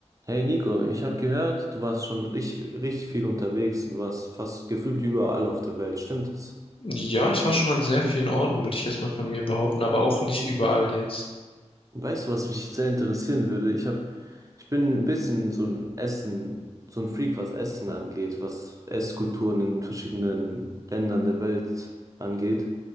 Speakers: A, on the right (about 30°); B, on the left (about 50°).
A: Hey Nico, ich habe gehört, du warst schon richtig, richtig viel unterwegs und warst fast gefühlt überall auf der Welt, stimmt es?
B: Ja, ich war schon an sehr vielen Orten, würde ich jetzt mal von mir behaupten, aber auch nicht überall jetzt.
A: Und weißt du, was mich sehr interessieren würde? Ich hab, ich bin ein bisschen so ein Essen, so ein Freak, was Essen angeht, was Esskulturen in verschiedenen Ländern der Welt angeht.